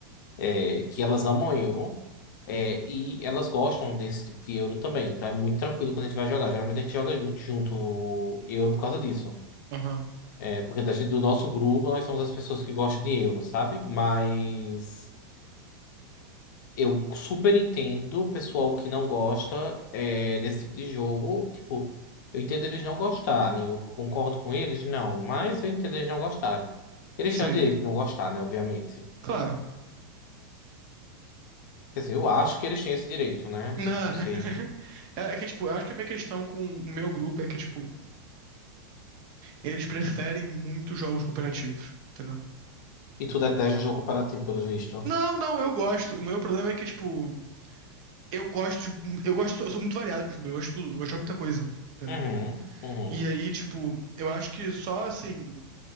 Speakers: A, on the left; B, on the right.
A: é, que elas amam Euro, é, e elas gostam desse tipo de Euro também. Então é muito tranquilo quando a gente vai jogar. Geralmente a gente joga muito junto Euro por causa disso.
B: Aham,
A: É, porque da gente- do nosso grupo nós somos as pessoas que gostam de Euro, sabe? Mas. Eu super entendo o pessoal que não gosta é, desse tipo de jogo. Tipo, eu entendo eles não gostarem. Eu concordo com eles, não. Mas eu entendo eles não gostarem. Eles
B: sei.
A: têm o direito de não gostar, né? Obviamente.
B: Claro.
A: Quer dizer, eu acho que eles têm esse direito, né? Assim,
B: Não.
A: não
B: <laughs>
A: sei.
B: É que, tipo, eu acho que a minha questão com o meu grupo é que, tipo, eles preferem muito jogos cooperativos, entendeu?
A: E tu detesta jogo comparativo, pelo visto.
B: Não, não, eu gosto. O meu problema é que, tipo, eu gosto de, eu gosto, eu sou muito variado com eu gosto de tudo, eu gosto de muita coisa, entendeu?
A: Uhum, uhum.
B: E aí, tipo, eu acho que só, assim,